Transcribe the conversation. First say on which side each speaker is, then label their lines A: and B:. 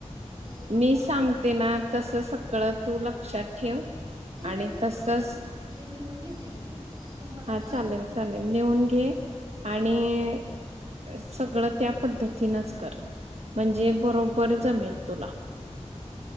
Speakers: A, on the right; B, on the right.
A: हो
B: मी सांगते ना तस सगळं तू लक्षात ठेव
A: ठीक
B: आणि
A: आहे मी
B: तसच
A: म्हणजे लिहून घेते मी तूमला
B: हा
A: सांगतेस
B: चालेल चालेल लिहून घे आणि सगळं त्या पद्धतीनच कर म्हणजे बरोबर जमेल तुला